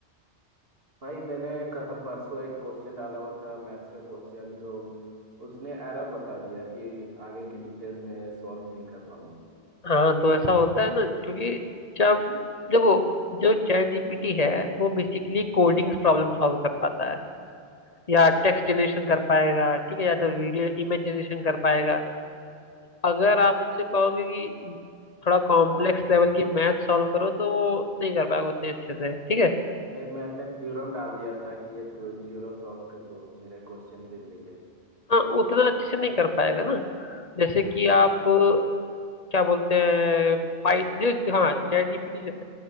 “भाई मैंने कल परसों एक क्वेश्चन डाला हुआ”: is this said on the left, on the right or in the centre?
Right